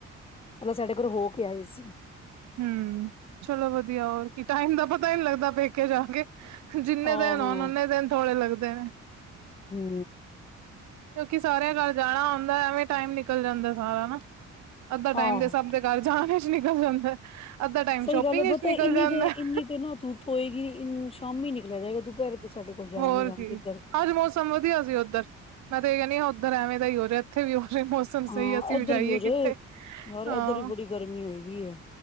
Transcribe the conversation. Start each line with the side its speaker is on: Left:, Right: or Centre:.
Left: <unintelligible> ਸਾਡੇ ਕੋਲ ਹੋ ਕੇ ਆਏ ਸੀ।
Right: ਹੂੰ ਚਲੋ ਵਧੀਆ ਹੋਰ ਕੀ ਟਾਈਮ ਦਾ ਪਤਾ ਈ ਨੀ ਲੱਗਦਾ ਪੈਕੇ ਜਾ ਕੇ। ਜਿੰਨੇ
Left: ਆਹੋ
Right: ਦਿਨ ਹੋਣ ਓਨੇ ਦਿਨ ਥੋੜ੍ਹੇ ਲੱਗਦੇ ਨੇ।
Left: ਹੂੰ
Right: ਕਿਉਂਕੀ ਸਾਰਿਆਂ ਘਰ ਜਾਣਾ ਹੁੰਦਾ ਐਵੇਂ ਈ ਟਾਈਮ ਨਿਕਲ ਜਾਂਦੈ ਸਾਰਾ ਅੱਧਾ ਟਾਈਮ
Left: ਆਹੋ
Right: ਦੇ ਸਭ ਦੇ ਘਰ ਜਾਣ ਵਿਚ ਨਿਕਲ ਜਾਂਦਾ ਅੱਧਾ ਟਾਈਮ
Left: ਸਹੀ
Right: ਸ਼ੋਪਿੰਗ
Left: ਗੱਲ ਹੈ
Right: ਵਿਚ
Left: ਪਤਾ
Right: ਨਿਕਲ
Left: ਇੰਨੀ
Right: ਜਾਂਦਾ।
Left: ਤੇ
Right: <inaudible>
Left: ਇੰਨੀ ਤੇ ਨਾ ਧੁੱਪ ਹੋਏਗੀ ਸ਼ਾਮੀ ਨਿਕਲਿਆ ਜਾਏਗਾ ਦੁਪਿਹਰੇ ਤੇ ਸਾਡੇ ਕੋਲ ਜਾਇਆ
Right: ਹੋਰ
Left: ਨੀ ਜਾਣ
Right: ਕੀ
Left: ਕਿੱਧਰ
Right: ਅੱਜ ਮੌਸਮ ਵਧੀਆ ਸੀ ਉਧਰ ਮੈਂ ਤਾਂ ਏ ਕਹਿਨੀ ਆ ਉਧਰ ਐਵੇਂ ਦਾ ਈ ਹੋਰੇ ਐਥੇ ਵੀ ਹੋ ਇਥੇ ਵੀ ਉਹੀ ਜਿਹਾ ਮੌਸਮ ਸਮ ਸਹੀ
Left: ਹਾਂ
Right: ਅਸੀਂ
Left: ਇੱਧਰ
Right: ਵੀ ਜਾਈਏ
Left: ਹੋ ਜਾਏ
Right: ਕਿੱਥੇ
Left: ਯਾਰ
Right: ਹਾਂ।
Left: ਇੱਧਰ ਵੀ ਬੜੀ ਗਰਮੀ ਹੋਈ ਵੀ ਹੈ